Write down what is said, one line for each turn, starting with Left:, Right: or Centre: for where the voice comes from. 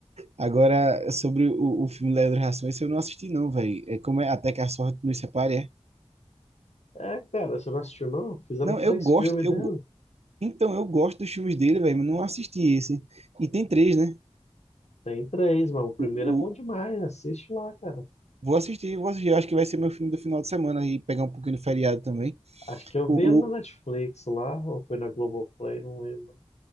Right: Agora, sobre o, o filme Leandro Hassum, esse eu não assisti, não, velho. É como é Até que a Sorte Nos Separe, é?
Left: É, cara, você não assistiu, não? Fizeram
Right: Não,
Left: três
Right: eu gosto,
Left: filmes
Right: eu,
Left: dele.
Right: go- então, eu gosto dos filmes dele, velho, mas não assisti esse. E tem três, né?
Left: Tem três, mas o primeiro
Right: O,
Left: é
Right: o,
Left: bom demais. Assiste lá, cara.
Right: vou assistir, vou assistir. Eu acho que vai ser meu filme do final de semana e pegar um pouquinho de feriado também.
Left: Acho que eu
Right: O,
Left: vi ele na Netflix
Right: o,
Left: lá, ou foi na Globoplay, não lembro.